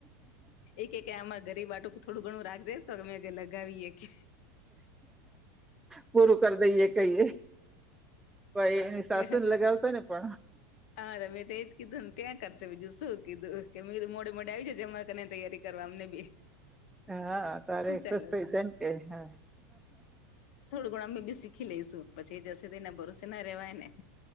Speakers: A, on the left (about 60°); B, in the centre.
A: એકે કે આમાં ગરીબ હાટુંક થોડુંઘણું રાખજે તો મે કે લગાવીએ કે
B: પૂરું કરી દઈએ કહીએ તો એની સાસુને
A: હ
B: લગાવશે ને પણ
A: હા મેં તો એજ કીધું ને ત્યાં કરશે બીજું શું કીધું કે મેધું મોડે મોડે આવી છે એમાંરે કને તૈયારી કરવા એમને બી
B: હા તારે
A: ચાલો
B: ખુશ થઈ
A: ચાલો
B: જા કે હા
A: પણ અમે બી શીખી લઈશું પછી એ જશે એના ભરોસે ના રેવાય ને